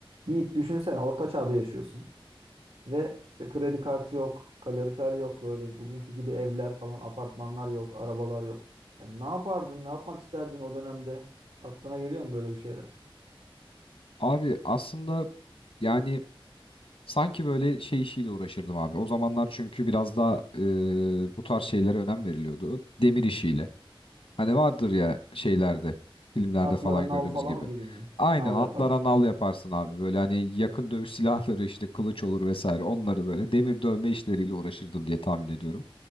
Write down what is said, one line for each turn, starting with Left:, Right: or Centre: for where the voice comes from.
Right: Yiğit düşünsene orta çağda yaşıyorsun ve işte kredi kartı yok, kalorifer yok böyle bugünkü gibi evler falan, apartmanlar yok, arabalar yok. Yani ne yapardın, ne yapmak isterdin o dönemde? Aklına geliyor mu böyle bir şeyler?
Left: Abi aslında yani sanki böyle şey işiyle uğraşırdım abi. O zamanlar çünkü biraz daha e, bu tarz şeylere önem veriliyordu. Demir işiyle. Hani vardır ya şeylerde, filmlerde
Right: Atlara
Left: falan gördüğümüz
Right: nal falan
Left: gibi.
Right: gibi mi?
Left: Aynen
Right: Nal
Left: atlara
Right: yaparsın.
Left: nal yaparsın abi. Böyle hani yakın dövüş <laughs> silahları işte kılıç olur vesaire. Onları böyle demir dövme işleriyle uğraşırdım diye tahmin ediyorum.